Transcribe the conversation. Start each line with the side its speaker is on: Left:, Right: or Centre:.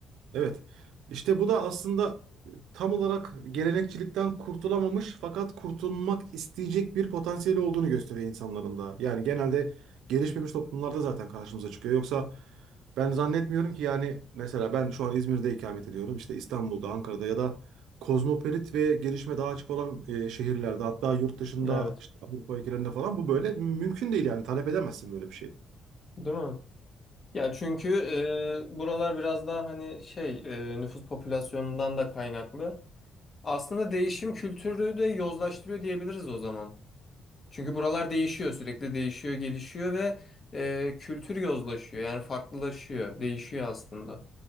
Right: Evet. İşte bu da aslında e, tam olarak gelenekçilikten kurtulamamış fakat kurtulmak isteyecek bir potansiyeli olduğunu gösteriyor insanların da. Yani genelde gelişmemiş toplumlarda zaten karşımıza çıkıyor. Yoksa ben zannetmiyorum ki yani mesela ben şu an İzmir'de ikamet ediyorum. İşte İstanbul'da, Ankara'da ya da kozmopolit ve gelişme daha açık olan e, şehirlerde hatta yurt dışında
Left: Evet.
Right: işte Avrupa ülkelerinde falan bu böyle mümkün değil yani talep edemezsin böyle bir şey.
Left: Değil mi? Ya çünkü e, buralar biraz daha hani şey e, nüfus popülasyonundan da kaynaklı. Aslında değişim kültürü de yozlaştırıyor diyebiliriz o zaman. Çünkü buralar değişiyor sürekli değişiyor gelişiyor ve e, kültür yozlaşıyor yani farklılaşıyor değişiyor aslında.